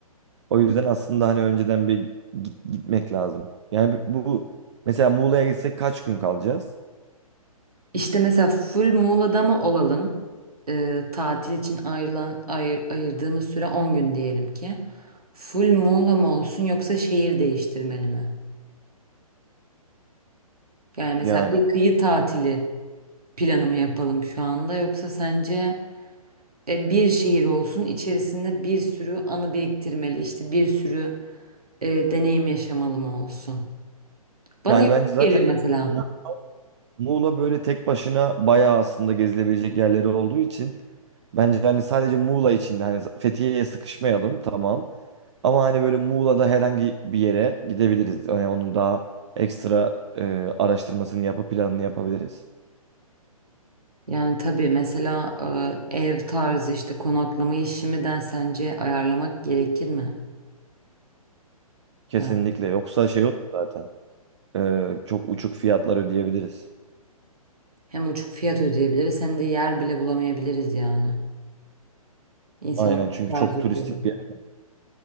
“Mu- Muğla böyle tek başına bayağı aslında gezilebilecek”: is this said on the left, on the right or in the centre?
Right